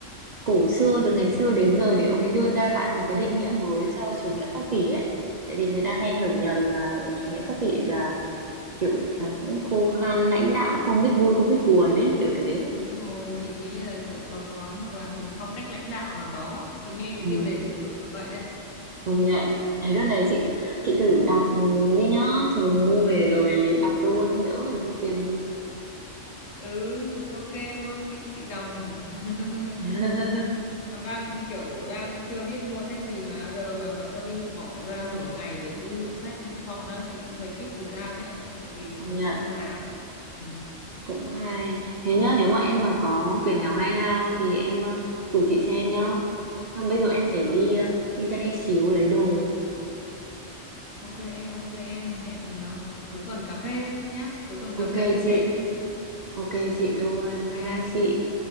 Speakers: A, on the right (about 60°); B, on the left (about 80°).
A: cổ xưa từ ngày xưa đến giờ để ông ấy đưa ra lại một cái định nghĩa mới cho chủ nghĩa khắc kỷ ấy tại vì người ta hay hiểu nhầm là chủ nghĩa khắc kỷ là kiểu nó cũng khô khan lãnh đạm không biết vui không biết buồn ấy kiểu thế
B: Đúng rồi, chị nghĩ là kiểu độc đoán hoặc là một phong cách lãnh đạo nào đó. Chị nghe cái
A: ừ,
B: tiêu đề chị tưởng là vậy đấy.
A: công nhận thế đợt này chị chị thử đọc đi nhá chồng mua về rồi đọc luôn đỡ phải mất tiền mua
B: Ừ, ok luôn, chị chị đọc. <laughs>
A: <laughs>
B: Còn đang kiểu đang chưa biết mua sách gì mà giờ mà bảo cho đi hiệu bỏ ra nửa ngày để đi hiệu sách chọn á chị cũng thấy tiếc thời gian đấy, tại vì phải
A: công
B: tập
A: nhận
B: trung làm. Ừ.
A: cũng hay thế nhá nếu mà em mà có quyển nào hay ho thì em ờ, gửi chị xem nhá Xong bây giờ em
B: Ờ,
A: phải đi
B: ờ.
A: ờ, đi ra đây xíu lấy đồ.
B: ok em, ok em, hẹn ờ, cuối tuần cà phê nhá. Cuối tuần
A: Ok
B: cà phê chia
A: chị,
B: sẻ thêm đi.
A: ok
B: Ừ ừ
A: chị
B: ừ.
A: luôn.
B: Bye
A: Bye
B: em.
A: bye chị.